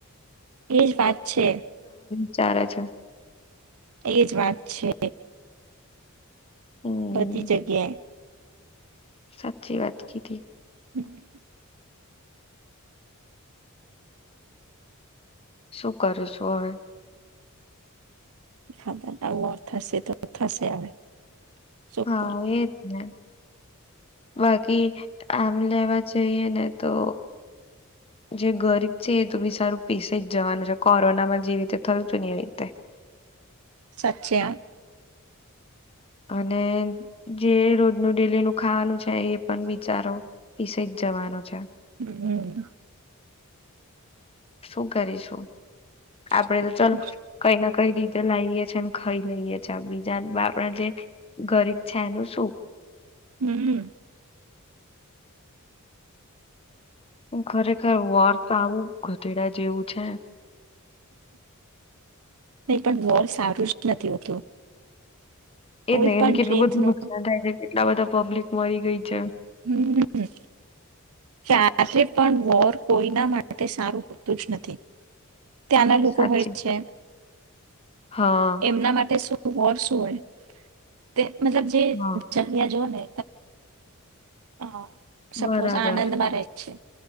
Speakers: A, on the right; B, on the left.
A: એજ વાત છે.
B: ચાલે છે.
A: એ જ વાત છે.
B: હમ.
A: બધી જગ્યાએ
B: સાચી વાત કીધી.
A: <unintelligible>
B: શું કરશું હવે?
A: નું અર્થ હશે તો થશે હવે. શું
B: હા
A: કરવાનું
B: એજ ને. બાકી આમ લેવા જઈએ ને તો, જે ગરીબ છે એ તો વિચારું પીસે જ જવાનું છે કોરોનામાં જેવી રીતે થયું હતું ને એવી રીતે.
A: સાચે હા.
B: અને જે રોજનું ડેલી નું ખાવાનું છે એ પણ બિચારો પીસે જ જવાનો છે.
A: હમ્મ.
B: શું કરી શું? આપડે
A: શું
B: તો ચાલ
A: કરીશ?
B: કઈ નથી. કઈ રીતે લાઈએ છે ને ખાઈ લઈએ છે બીજા બા આપણા જે, ગરીબ છે એનું શું?
A: હમ્મ.
B: હ ખરેખર વોર તો આવું ગધેડા જેવું છે.
A: નહી પણ વોર સારું જ નથી હોતું. કોઈ
B: એ જ
A: પણ
B: એને કેટલું
A: રીતનો
B: બધું નુકસાન થાય છે. એટલા બધા પબ્લિક મરી ગઈ છે.
A: હમ્મ. ક્યારે પણ વોર કોઈના માટે સારું હોતું જ નથી. ત્યાંના લોકો
B: સાચી
A: હોય છે.
B: હા
A: એમના માટે શું? વોર શું હોઈ, તે મતલબ જે
B: હા
A: જગ્યા જુઓ ને <unintelligible>
B: બરાબર.
A: સપોઝ આણંદ મારા છે.